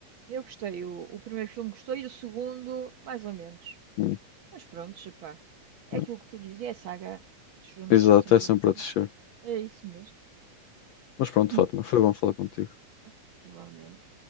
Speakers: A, on the right; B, on the left.
A: Eu gostei. O, o primeiro filme gostei, e o segundo, mais ou menos.
B: Hum,
A: Mas pronto, epá. É
B: é.
A: aquilo que tu dizes, é a saga dos filmes,
B: Exato,
A: é sempre.
B: é sempre a descer.
A: É isso mesmo.
B: Mas pronto,
A: <coughs>
B: Fátima, foi bom falar contigo.
A: <clears throat> Igualmente.